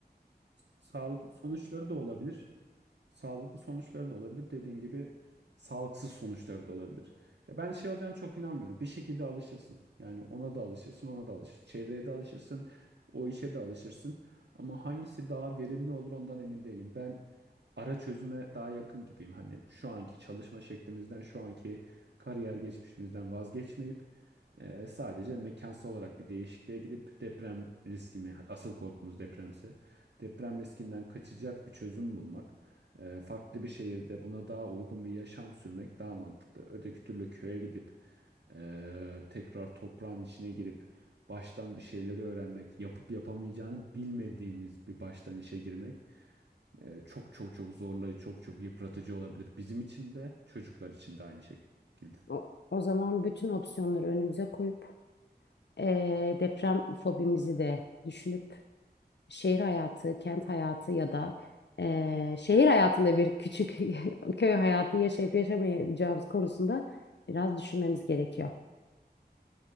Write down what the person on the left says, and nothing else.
O, o zaman bütün opsiyonları önümüze koyup eee deprem fobimizi de düşünüp şehir hayatı, kent hayatı ya da eee, şehir hayatında bir küçük <laughs> köy hayatı yaşayıp yaşamayacağımız konusunda biraz düşünmemiz gerekiyor.